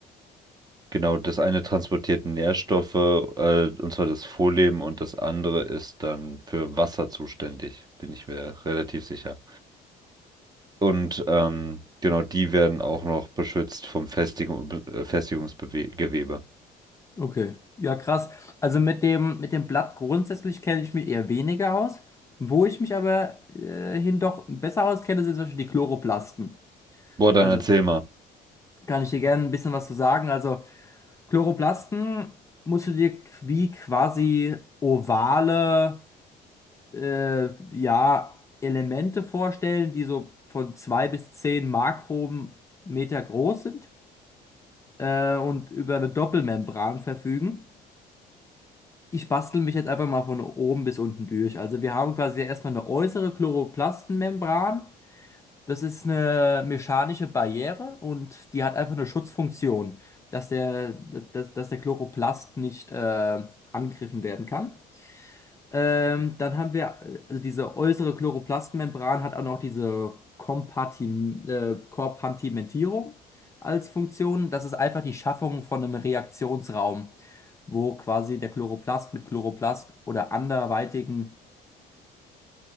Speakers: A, on the right (about 25°); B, on the left (about 15°).
A: Genau, das eine transportiert Nährstoffe, äh, und zwar das Vorleben, und das andere ist dann für Wasser zuständig, bin ich mir relativ sicher. Und ähm, genau, die werden auch noch beschützt vom Festigung, äh, Festigungsgewebe.
B: Okay, ja krass. Also mit dem, mit dem Blatt grundsätzlich kenne ich mich eher weniger aus. Wo ich mich aber äh, hin doch besser auskenne, sind zum Beispiel die Chloroplasten.
A: Boah, dann
B: Also
A: erzähl mal.
B: Kann ich dir gerne ein bisschen was zu sagen. Also Chloroplasten musst du dir wie quasi ovale äh, ja, Elemente vorstellen, die so von zwei bis zehn Makrometer groß sind äh, und über eine Doppelmembran verfügen. Ich bastel mich jetzt einfach mal von oben bis unten durch. Also wir haben quasi erstmal eine äußere Chloroplastenmembran. Das ist eine mechanische Barriere und die hat einfach eine Schutzfunktion, dass der, dass, dass der Chloroplast nicht äh, angegriffen werden kann. Ähm, dann haben wir, äh, also diese äußere Chloroplastmembran hat auch noch diese Kompartim äh, Kompartimentierung als Funktion. Das ist einfach die Schaffung von einem Reaktionsraum, wo quasi der Chloroplast mit Chloroplast oder anderweitigen